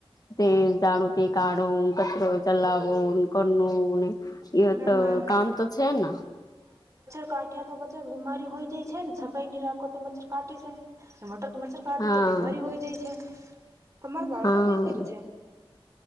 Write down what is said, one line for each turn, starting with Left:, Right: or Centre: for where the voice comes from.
Left: તે જાડું તે કાડું કચરો ચલાવો કોનું
Right: અને
Left: તો કામ તો છે ન
Right: કાટે તો પછી બીમાારી હોય જાય છે ન છતાઈ નિરાકર મચ્છર કાટે છે મટર મચ્છર કાટે
Left: હા
Right: તો બીમારી હોય જાય છે. તમારું બાળકો
Left: હા
Right: કઈ કર્યું છે.